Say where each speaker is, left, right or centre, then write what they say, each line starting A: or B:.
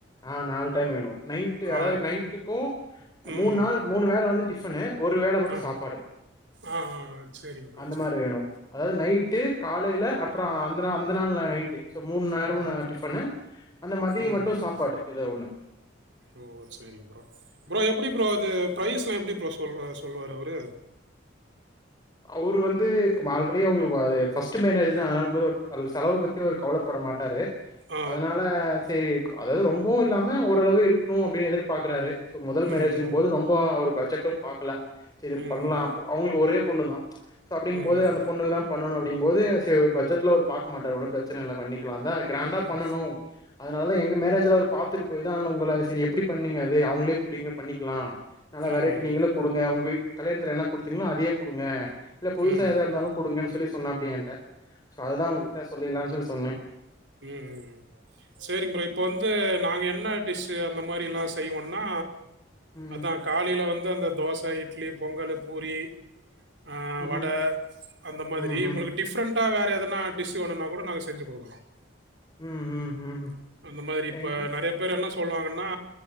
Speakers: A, on the left; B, on the right.
A: ஆ நாலு டைம் வேணும் நைட்டு
B: ஆ.
A: அதாவது நைட் டுக்கும்
B: ம்.
A: மூணு நாள் மூணு வேல வந்து டிஃபனு ஒரு வேல மட்டும்
B: ஆ.
A: சாப்பாடு
B: ஆ, ஆ. சரிங்க ப்ரோ
A: அந்த
B: சரிங்க
A: மாதிரி வேணும்
B: ப்ரோ.
A: அதாவது நைட்டு காலையில அப்புறம் அந்த அந்த நாள்ல நைட் சோ மூணு நேரமும்
B: ம்.
A: நாங்க டிஃபன்னு அந்த மதியம்
B: ம்.
A: மட்டும் சாப்பாடு ஏதோ ஒண்ணு
B: ஓ சேரி ப்ரோ எப்படி ப்ரோ அது பிரரைஸ்லாம் எப்படி ப்ரோ சொல்லு சொல்லுவாரு அவரு
A: அவரு வந்து ஆல்ரெடி அவுங்களுக்கு அது ஃபர்ஸ்ட்டு மேரேஜ் தா அதனாலக்கு செலவ பத்தி அவர் கவலப்பட மாட்டாரு
B: ஆ
A: அதனால சேரி அதாவது ரொம்பவும் இல்லாம ஓரளவு இருக்கணும் அப்படின் எதிர்பாக்குறாரு சோ முதல் மேரேஜுங்க
B: ம்
A: போது ரொம்ப ஒரு பட்ஜெட்டும் பாக்கல சரி
B: ம் ம்
A: பண்ணலாம் அவுங்களுக்கு ஒரே பொண்ணு தா அப்படிங்கும்போது
B: ம்
A: அந்த பொண்ணுக்கு தா பண்ணணும் அப்படிங்கும் போது சேரி பட்ஜெட்டில்லா அவரு பாக்க மாட்டாரு ஒன்னும் பிரச்சன இல்ல பண்ணிக்கலாம் தா கிரண்டா
B: ம்
A: பண்ணனும் அதனால தான் எங்க மேரேஜ்ல அவர் பாத்துட்டு போய் தா உங்கள சரி எப்படி பண்ணீங்க அது அவுங்களே புடிங்க பண்ணிக்கலாம் நல்லா
B: ம்
A: வெரைட்டி நீங்களும் குடுங்க உங்க கல்யாணத்தில என்ன குடுத்தீங்களோ அதையே குடுங்க இல்ல புதுசா
B: ம்
A: ஏதா இருந்தாலும் குடுங்கன் சொல்லி சொன்னாப்டி என்கிட்ட சோ அதுதான் உங்ககிட்ட சொல்லிரலின்னு சொல்லி சொன்னேன்
B: உம் உம் உம் சேரிங்க ப்ரோ இப்போ வந்து நாங்க என்ன டிஷ் அந்த மாதிரிலாம் செய்வோன்னா
A: ம்.
B: அதான் காலையில வந்து அந்த தோசை இட்லி பொங்கலு பூரி ஆ வடை
A: ம்.
B: அந்த மாதிரி
A: ம்ஹும்
B: உங்களுக்கு டிஃப்ரண்டா வேறு எதனா டிஸ் வேனுன்னா கூட நாங்க செஞ்சு குடுக்குறோம்
A: ம் ம் ம்
B: அந்த மாதிரி இப்ப
A: எங்
B: நிறைய பேர் என்ன சொல்லுவாங்கன்னா